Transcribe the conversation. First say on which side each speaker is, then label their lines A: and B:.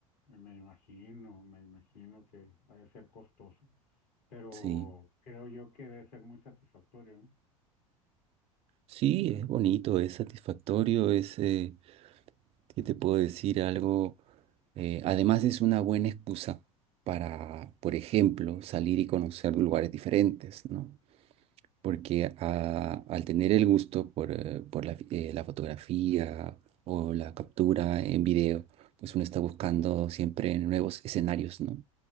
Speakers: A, on the left; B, on the right.
A: Me me imagino, me imagino que ha de ser costoso, pero
B: Sí,
A: creo yo que debe ser muy satisfactorio, ¿no?
B: sí, es bonito, es satisfactorio, es, eh, ¿qué te puedo decir? Algo, eh, además es una buena excusa para, por ejemplo, salir y conocer lugares diferentes, ¿no? Porque a- al tener el gusto por, eh, por la, eh, la fotografía o la captura en video, pues uno está buscando siempre nuevos escenarios, ¿no?